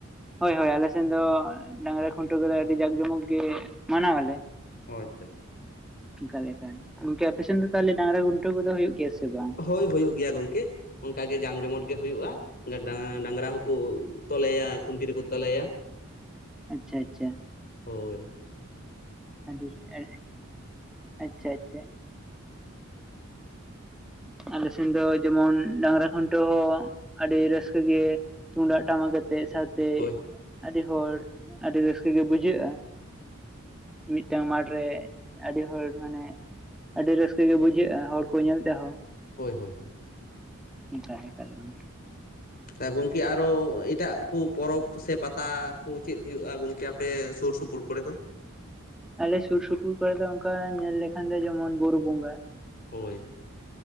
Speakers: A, in the centre; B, on the left (about 45°).
A: ᱦᱳᱭ ᱦᱳᱭ ᱟᱞᱮ ᱥᱮᱱ ᱫᱚ ᱚᱸ ᱰᱟᱝᱨᱟ ᱠᱷᱩᱱᱴᱟᱹᱣ ᱠᱚᱫᱚ ᱟᱹᱰᱤ ᱡᱟᱠ ᱡᱚᱢᱚᱠ ᱜᱮ ᱢᱟᱱᱟᱶᱟ ᱞᱮ ᱾
B: ᱚ ᱟᱪᱷᱟ ᱪᱷᱟ᱾
A: ᱮᱠᱟᱞ ᱮᱠᱟᱞ ᱜᱚᱝᱠᱮ ᱟᱯᱮ ᱥᱮᱱ ᱫᱚ ᱛᱟᱦᱚᱞᱮ ᱰᱟᱝᱨᱟ ᱜᱩᱱᱴᱟᱹᱣ ᱠᱚᱫᱚ ᱦᱩᱭᱩᱜ ᱜᱮᱭᱟ ᱥᱮ ᱵᱟᱝ?
B: ᱳᱭ ᱦᱳᱭ ᱦᱩᱭᱩᱜ ᱜᱮᱭᱟ ᱜᱚᱝᱠᱮ ᱚᱱᱠᱟ ᱜᱮ ᱡᱟᱢ ᱡᱚᱢᱚᱴ‌ ᱜᱮ ᱦᱩᱭᱩᱜ-ᱟ ᱜᱟᱰᱟᱝ ᱰᱟᱝᱨᱟ ᱦᱚᱸ ᱠᱩ ᱛᱚᱞᱮᱭᱟ ᱠᱷᱩᱱᱴᱤ ᱨᱮᱠᱚ ᱛᱚᱞᱮᱭᱟ ᱾
A: ᱟᱪᱪᱷᱟ ᱟᱪᱪᱷᱟ ᱾
B: ᱦᱳᱭ ᱾
A: <inaudible> ᱟᱞᱮ ᱥᱮᱱ ᱫᱚ ᱡᱮᱢᱚᱱ ᱰᱟᱝᱨᱟ ᱠᱷᱩᱱᱴᱟᱹᱣ ᱦᱚᱸ ᱟᱰᱤ ᱨᱟᱹᱥᱠᱟᱹ ᱜᱮ ᱛᱩᱢᱫᱟᱜ ᱴᱟᱢᱟᱠ ᱟᱛᱮᱜ ᱥᱟ ᱛᱮᱜ
B: ᱦᱳᱭ
A: ᱟᱰᱤ ᱦᱚᱲ ᱟᱰᱤ ᱨᱟᱹᱥᱠᱟᱹ ᱜᱮ ᱵᱩᱡᱷᱟᱹᱜ-ᱟ ᱢᱤᱫᱴᱟᱝ ᱢᱟᱴᱷ ᱨᱮ ᱟᱰᱤ ᱦᱚᱲ ᱢᱟᱱᱮ ᱟᱰᱤ ᱨᱟᱹᱥᱠᱟᱹ ᱜᱮ ᱵᱩᱡᱷᱟᱹᱜ-ᱟ ᱦᱚᱲ ᱠᱚ ᱧᱮᱞ ᱛᱮᱦᱚᱸ᱾
B: ᱦᱳᱭ ᱦᱳᱭ ᱦᱳᱭ ᱾
A: ᱮᱠᱟᱞ‌ ᱮᱠᱟᱞ ᱜᱚᱝᱠᱮ ᱾
B: ᱛᱟ ᱜᱚᱝᱠᱮ ᱟᱨᱚ ᱤᱴᱟᱜ ᱠᱩ ᱯᱚᱨᱚᱯ ᱥᱮ ᱯᱟᱛᱟ ᱠᱩ ᱪᱤᱫ ᱦᱩᱭᱩᱜ-ᱟ ᱜᱚᱝᱠᱮ ᱟᱯᱮ ᱥᱩᱨ ᱥᱩᱯ ᱯᱩᱨ ᱠᱚᱨᱮ ᱫᱚ?
A: ᱟᱞᱮ ᱥᱩᱨ ᱥᱩᱯᱩᱨ ᱠᱚᱨᱮ ᱫᱚ ᱚᱱᱠᱟ ᱧᱮᱞ ᱞᱮᱠᱷᱟᱱ ᱫᱚ ᱡᱮᱢᱚᱱ ᱵᱩᱨᱩ ᱵᱚᱸᱜᱟ ᱾
B: ᱦᱳᱭ